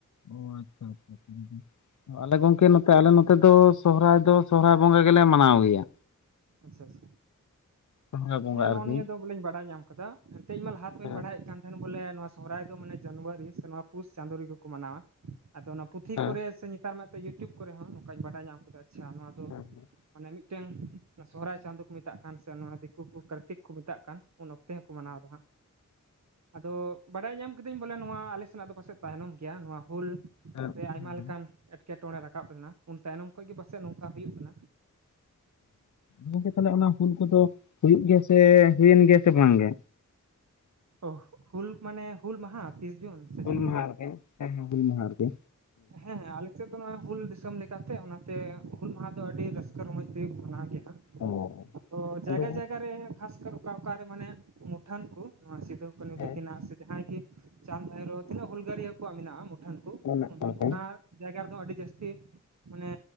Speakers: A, on the left; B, on the right.
A: ᱚ ᱟᱪᱪᱷᱟ ᱟᱪᱪᱷᱟ ᱟᱞᱮ ᱜᱚᱝᱠᱮ ᱱᱚᱛᱮ ᱟᱞᱮ ᱱᱚᱛᱮ ᱫᱚ ᱥᱚᱦᱨᱟᱭ ᱫᱚ ᱥᱚᱨᱦᱟᱭ ᱵᱚᱸᱜᱟ ᱜᱮᱞᱮ ᱢᱟᱱᱟᱣ ᱜᱮᱭᱟ
B: ᱟᱪᱪᱷᱟ ᱟᱪᱪᱷᱟ
A: ᱥᱚᱦᱨᱟᱭ ᱵᱚᱸᱜᱟ
B: ᱦᱮᱸ ᱱᱚᱜ-ᱚ
A: ᱟᱨᱠᱤ
B: ᱱᱤᱭᱟᱹ ᱫᱚ ᱵᱚᱞᱮᱧ ᱵᱟᱲᱟᱭ ᱧᱟᱢ ᱠᱟᱫᱟ ᱮᱱᱛᱮ ᱤᱧ ᱢᱟ ᱞᱟᱦᱟ ᱠᱷᱚᱧ
A: ᱦᱮᱸ
B: ᱵᱟᱲᱟᱭᱮᱫ ᱠᱟᱱ ᱮᱱ ᱵᱚᱞᱮ ᱱᱚᱶᱟ ᱥᱚᱦᱨᱟᱭ ᱫᱚ ᱢᱟᱱᱮ ᱡᱟᱱᱣᱟᱨᱤ ᱥᱮ ᱱᱚᱶᱟ ᱯᱩᱥ ᱪᱟᱸᱫᱚ ᱨᱮᱜᱮ ᱠᱚ ᱢᱟᱱᱟᱣᱟ ᱟᱫᱚ ᱚᱱᱟ ᱯᱩᱛᱷᱤ
A: ᱦᱮᱸ
B: ᱠᱚᱨᱮ ᱥᱮ ᱱᱮᱛᱟᱨ ᱢᱟᱛᱚ ᱭᱩᱴᱤᱭᱩᱵᱽ ᱠᱚᱨᱮ ᱦᱚᱸ ᱱᱚᱝᱠᱟᱹᱧ ᱵᱟᱰᱟᱭ ᱧᱟᱢ ᱠᱮᱫᱟ ᱟᱪᱪᱷᱟ ᱱᱚᱣᱟ
A: ᱦᱮᱸᱜ
B: ᱚᱱᱮ ᱢᱤᱫᱴᱟᱹᱝ ᱥᱚᱦᱚᱨᱟᱭ ᱪᱟᱸᱫᱚᱳ ᱠᱚ ᱢᱮᱛᱟᱜ ᱠᱟᱱ ᱥᱮ ᱱᱚᱣᱟ ᱫᱤᱠᱩ ᱠᱚ ᱠᱟᱨᱛᱤᱠ ᱠᱚ ᱢᱮᱛᱟᱜ ᱠᱟᱱ ᱩᱱ ᱚᱠᱛᱮ ᱦᱚᱸᱠᱚ ᱢᱟᱱᱟᱣᱫᱟ ᱦᱟᱸᱜ ᱟᱫᱚ ᱵᱟᱰᱟᱭ ᱧᱟᱢ ᱠᱤᱫᱟᱹᱧ ᱵᱚᱞᱮ ᱱᱚᱣᱟ ᱟᱞᱮ ᱥᱮᱱᱟᱜ ᱫᱚ ᱯᱟᱥᱮᱡ ᱛᱟᱭᱱᱚᱢ ᱜᱮᱭᱟ ᱱᱚᱣᱟ ᱦᱩᱞ
A: ᱦᱮᱸ
B: ᱨᱮ ᱟᱭᱢᱟ
A: ᱦᱮᱸ
B: ᱞᱮᱠᱟᱱ ᱮᱴ ᱠᱮᱴᱚᱬᱮ ᱨᱟᱠᱟᱵ ᱞᱮᱱᱟ ᱩᱱ ᱛᱟᱭᱱᱚᱢ ᱠᱷᱚᱱᱚᱡ ᱜᱮ ᱯᱟᱥᱮ ᱱᱚᱝᱠᱟ ᱦᱩᱭᱩᱜ ᱠᱟᱱᱟ᱾
A: ᱜᱚᱝᱠᱮ ᱛᱟᱦᱚᱞᱮ ᱚᱱᱟ ᱦᱩᱞ ᱠᱚᱫᱚ ᱦᱩᱭᱩᱜ ᱜᱮᱭᱟ ᱥᱮ ᱦᱩᱭᱮᱱ ᱜᱮᱭᱟ ᱥᱮ ᱵᱟᱝ ᱜᱮ?
B: <unintelligible> ᱦᱩᱞ ᱢᱟᱱᱮ ᱦᱩᱞ ᱢᱟᱦᱟ ᱛᱤᱥ ᱡᱩᱱ᱾ ᱥᱮ
A: ᱦᱩᱞ
B: ᱪᱮᱫ ᱞᱮᱠᱟ
A: ᱢᱟᱦᱟᱨ ᱜᱮ ᱦᱮᱸ ᱦᱮᱸ ᱦᱩᱞ ᱢᱟᱦᱟ ᱨᱮ ᱜᱮ
B: ᱦᱮᱸ ᱦᱮᱸ ᱟᱞᱮᱥᱮᱫ ᱫᱚ ᱱᱚᱜᱚᱭ ᱦᱩᱞ ᱫᱤᱥᱚᱢ ᱞᱮᱠᱟᱛᱮ ᱚᱱᱟᱛᱮ ᱦᱩᱞ ᱢᱟᱦᱟ ᱫᱚ ᱟᱹᱰᱤ ᱨᱟᱹᱥᱠᱟᱹ ᱨᱚᱢᱚᱡᱽ ᱛᱮᱜᱮ ᱠᱚ ᱢᱟᱱᱟᱣ ᱜᱮᱭᱟ ᱦᱟᱸᱜ
A: ᱚ
B: ᱦᱚᱸ
A: ᱟᱫᱚ
B: ᱡᱟᱭᱜᱟ ᱡᱟᱭᱜᱟ ᱨᱮ ᱠᱷᱟᱥᱠᱟᱨ ᱚᱠᱟ ᱚᱠᱟᱨᱮ ᱢᱟᱱᱮ ᱢᱩᱴᱷᱟᱹᱱ ᱠᱚ ᱱᱚᱣᱟ ᱥᱤᱫᱷᱩ ᱠᱟᱹᱱᱩ
A: ᱜᱚᱝᱠᱮ
B: ᱛᱟᱹᱠᱤᱱᱟᱜ ᱥᱮ ᱡᱟᱦᱟᱸᱭ ᱜᱮ ᱪᱟᱸᱫᱽ ᱵᱷᱟᱭᱨᱚ ᱛᱤᱱᱟᱹᱜ ᱦᱩᱞᱜᱟᱨᱤᱭᱟᱹ ᱠᱚᱣᱟᱜ ᱢᱮᱱᱟᱜᱼᱟ ᱢᱩᱴᱷᱟᱹᱱ ᱠᱩ
A: ᱢᱮᱱᱟᱜ ᱠᱟᱜ ᱦᱩᱸ
B: ᱚᱱᱟ ᱡᱟᱭᱜᱟ ᱨᱮᱫᱚ ᱟᱹᱰᱤ ᱡᱟᱹᱥᱛᱤ ᱢᱟᱱᱮ